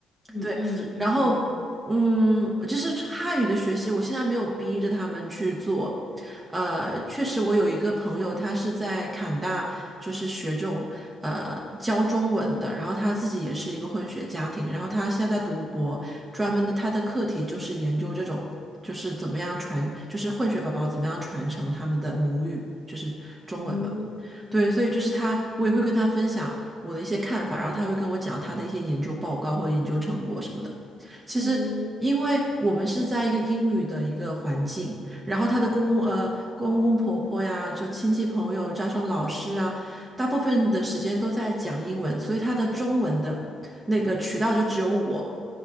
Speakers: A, in the centre; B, on the right (about 15°).
A: 嗯嗯嗯
B: 对，然后嗯，就是汉语的学习，我现在没有逼着他们去做。呃，确实，我有一个朋友，他是在坎大，就是学这种呃教中文的，然后他自己也是一个混血家庭，然后他现在在读博，专门的他的课题就是研究这种，就是怎么样传，就是混血宝宝怎么样传承他们的母语，就是中文嘛。
A: 嗯
B: 对，所以就是他，我也会跟他分享我的一些看法，然后他会跟我讲他的一些研究报告或研究成果什么的。其实，
A: 嗯
B: 因为我们是在一个英语的一个环境，然后他的公公呃公公婆婆呀，就亲戚朋友加上老师啊，大部分的时间都在讲英文，所以他的中文的那个渠道就只有我。